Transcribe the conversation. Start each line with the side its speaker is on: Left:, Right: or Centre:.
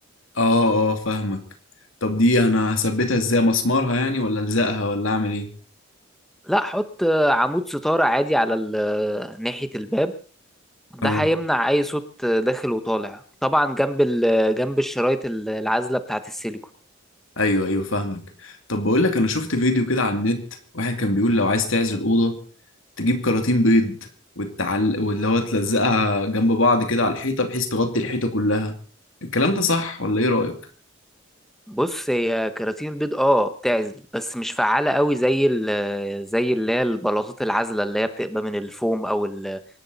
Left: اه اه فاهمك طب دي انا هثبتها ازاي مسمارها يعني ولا الزقها ولا اعمل ايه
Centre: لا حط آه، عمود ستارة عادي على ال- آه، ناحية الباب ده
Left: اه
Centre: هيمنع اي صوت آه، داخل وطالع طبعا جنب ال- آه، جنب الشرايط ال- العازلة بتاعة السيليكون
Left: ايوه ايوه فاهمك طب بقول لك انا شفت فيديو كده على النت واحد كان بيقول لو عايز تعزل اوضه تجيب كراتين بيض وتعل واللي هو تلزقها جنب بعض كده على الحيطه بحيث تغطي الحيطه كلها الكلام ده صح ولا ايه رايك
Centre: بص هي كراتين البيض اه بتعزل بس مش فعالة قوي زي ال آه، زي اللي هي البلاطات العازلة اللي هي بتبقى من الفوم او ال